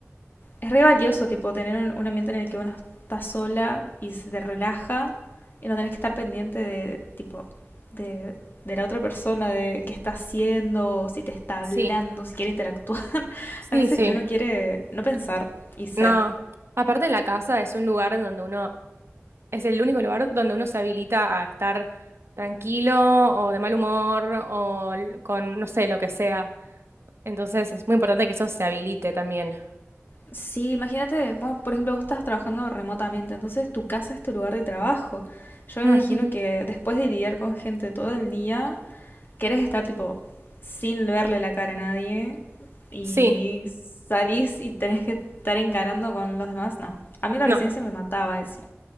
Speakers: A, on the left; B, on the right.
A: es re valioso, tipo, tener un, un ambiente en el que uno está sola y se te relaja y no tenés que estar pendiente de, tipo, de, de la otra persona, de qué está haciendo, si te está
B: Sí,
A: hablando, si quiere interactuar. <laughs>
B: sí,
A: A veces
B: sí.
A: que uno quiere no pensar y ser.
B: No. Aparte la casa es un lugar en donde uno Es el único lugar donde uno se habilita a estar tranquilo o de mal humor o l- con, no sé, lo que sea. Entonces es muy importante que eso se habilite también.
A: Sí, imagínate, bueno por ejemplo, vos estás trabajando remotamente, entonces tu casa es tu lugar de trabajo. Yo me
B: Ujú.
A: imagino que después de lidiar con gente todo el día, querés estar tipo sin verle la cara a nadie y
B: Sí,
A: salís y tenés que estar encarando con los demás, no. A mí la
B: no.
A: residencia me mataba eso.